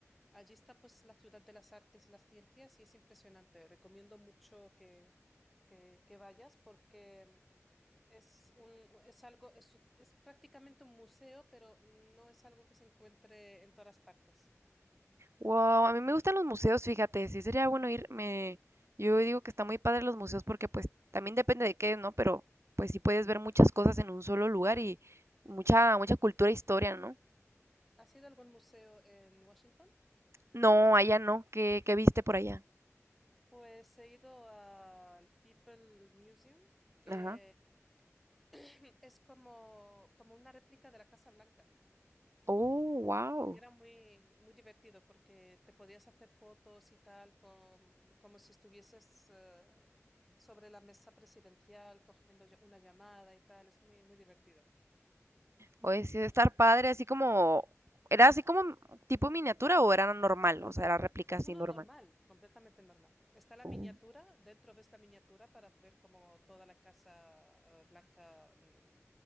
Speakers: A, in the centre; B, on the right.
A: allí está pues la ciudad de las artes y las ciencias y es impresionante. Recomiendo mucho que, que- que vayas porque es un, es algo, es, es prácticamente un museo, pero no es algo que se encuentre en todas partes.
B: Wow, a mí me gustan los museos, fíjate, sí sería bueno ir, me, yo digo que está muy padre los museos porque pues también depende de qué, ¿no? Pero pues sí puedes ver muchas cosas en un solo lugar y mucha, mucha cultura e historia, ¿no?
A: ¿Has ido a algún museo en Washington?
B: No, allá no. ¿Qué, qué viste por allá?
A: Pues he ido al People Museum, que
B: Ajá.
A: <clears throat> es como, como una réplica de la Casa Blanca.
B: Oh, wow.
A: Y era muy, muy divertido porque te podías hacer fotos y tal, con- como si estuvieses eh, sobre la mesa presidencial cogiendo ll- una llamada y tal. Es muy, muy divertido.
B: Oye, sí debe estar padre, así como... ¿Era así como m- tipo miniatura o era normal? O sea, era réplica
A: No,
B: así
A: no,
B: normal.
A: normal, completamente normal. Está la
B: Oh,
A: miniatura, dentro ves la miniatura para ver como toda la casa eh, blanca mm,